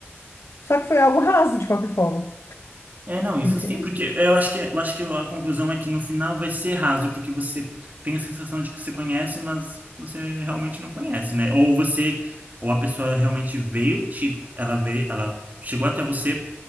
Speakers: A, on the left; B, on the right.
A: só que foi algo raso de qualquer forma,
B: É, não, isso
A: entende?
B: sim, porque eu acho que, eu acho que a conclusão é que no final vai ser raso, porque você tem a sensação de que você conhece, mas você realmente não conhece, né? Ou você, ou a pessoa realmente veio, te, ela veio, ela chegou até você